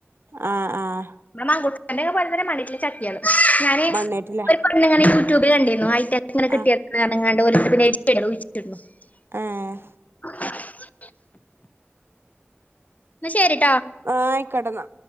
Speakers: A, on the right (about 60°); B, on the left (about 35°).
A: ആഹ് ആഹ്.
B: നമളെ മങ്കുട്ക്കന്റെ ഒക്കെ പോലെ തന്നെ മണ്ണ് <unintelligible> ട്ടില ചട്ട്യേള് ഞാന്
A: മണ്ണേറ്റില്ലേ
B: ഒരു പെണ്ണുങ്ങള. <unintelligible> ടൂബിൽ കണ്ടീന്നു ഇങ്ങനെ
A: ആഹ്
B: കിട്ടിയത് ട്ക്ക്ണ് അറ്ണ് ക്കാണ്ട് <unintelligible>
A: ഏഹ്
B: ല <unintelligible> ന്ന ശെരിട്ട്
A: ആഹ് ആയിക്കേട്ടന്ന.